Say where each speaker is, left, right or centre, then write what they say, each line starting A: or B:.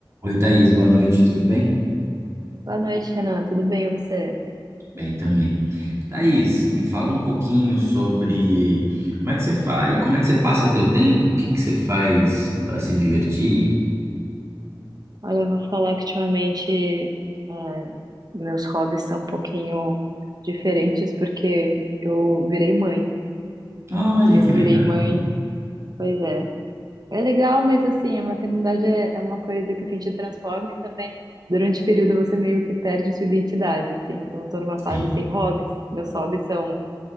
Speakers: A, on the right (about 35°); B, on the right (about 50°).
A: Oi, Thaís, boa noite, tudo bem?
B: Boa noite, Renan. Tudo bem, e você?
A: Bem também. Thaís, me fala um pouquinho sobre como é que você faz, como é que você passa teu tempo, o que que você faz para se divertir?
B: Olha, eu vou falar que ultimamente é, meus hobbies estão um pouquinho diferentes porque eu virei mãe.
A: Olha,
B: E eu
A: que
B: virei
A: legal.
B: mãe, pois é. É legal, mas assim, a maternidade é, é uma coisa que assim, te transforma e também durante o período você meio que perde sua identidade, assim. Então, eu tô numa fase
A: Sim.
B: sem hobbies. Meus hobbies são